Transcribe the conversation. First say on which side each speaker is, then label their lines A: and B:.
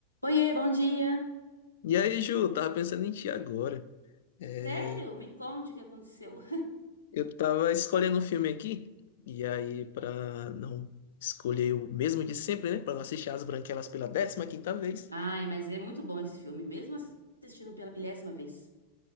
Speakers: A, on the left; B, on the left.
A: Oiê, bom dia.
B: E aí, Ju, tava pensando em ti agora. É,
A: Sério? Me conte o que aconteceu.
B: eu tava escolhendo um filme aqui, e aí, pra não escolher o mesmo de sempre, né? Pra não assistir As Branquelas pela décima quinta vez,
A: <laughs> Ai, mas é muito bom esse filme, mesmo assim, assistindo pela milésima vez.